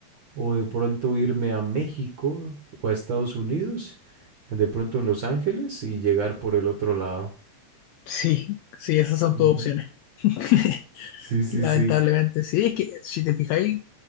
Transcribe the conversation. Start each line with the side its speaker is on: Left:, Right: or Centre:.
Right: o de pronto irme a México o a Estados Unidos, de pronto en Los Ángeles y llegar por el otro lado.
Left: Sí, sí, esas son
Right: Ujú.
Left: todas opciones. <laughs>
Right: Sí, sí,
Left: Lamentablemente,
Right: sí.
Left: sí, es que si te fijáis,